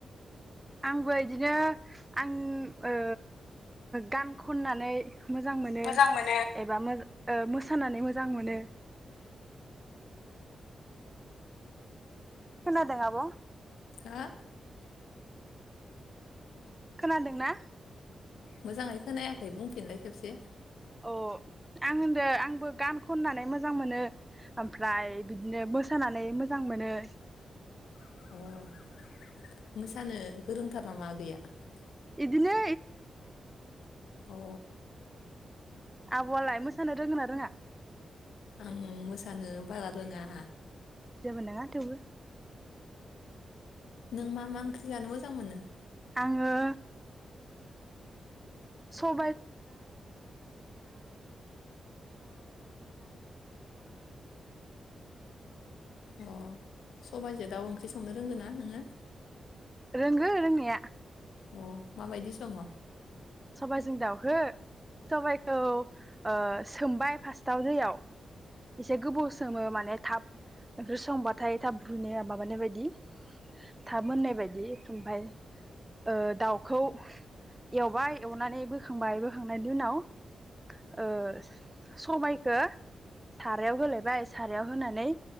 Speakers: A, on the right (about 15°); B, on the left (about 85°).
A: आंबो बिदिनो आं ओ गान खन मोसानानै
B: मोजां मोनो
A: मोजां मोनो खोनादोंआब'।
B: हो
A: खोनादोंना?
B: मोजाङै खोनायाखै बुंफिनलाय खेबसे
A: अ आं होनदों आंबो गान खननानै मोजां मोनो ओमफ्राय बिदिनो मोसानानै मोजां मोनो <inaudible>
B: अ।
A: इदिनो
B: औ।
A: आबौआलाय मोसानो रोंगोना रोङा?
B: आं मोसानो बारा रोङा।
A: जेबो नङा थेवबो
B: नों मा मा ओंख्रि जानो मोजां मोनो?
A: आङो ओ
B: औ। साइाजजों दउ ओंख्रि संनो रोंगो ना। मा होनङो
A: रोंङो रोंनाया।
B: अ माबायदि सङ'?
A: सबाइजों दाउखो सबाइखौ ओ सोमबाय फासताव दैयाव इसे गोबाव सोमो माने थाब ओंख्रि संबाथाय थाब रुनाय माबानाय बायदि थाब मोननाय बायदि ओमफफ्राय ओ दाउखौ एवबाय एवनानै बोखांबाय बोखांनायनि उनाव ओ सबायखौ सारायाव होलायबाय सारायाव होनानै